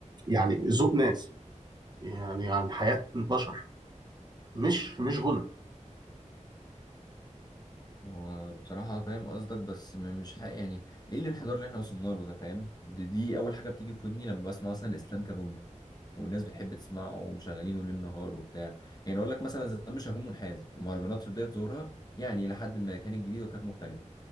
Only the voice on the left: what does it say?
وبصراحة فاهم قصدك بس م- مش حق يعني ايه الانحدار اللي احنا وصلنا له ده فاهم دي, دي اول حاجة بتيجي في ودني لما بسمع مثلا اسلام كابونجا والناس بتحب تسمعه ومشغلينه ليل نهار وبتاع يعني اقول لك مثلا زمان مش هكون منحاز المهرجانات في بدايه ظهورها يعني الى حد ما كانت جديده وكانت مختلفه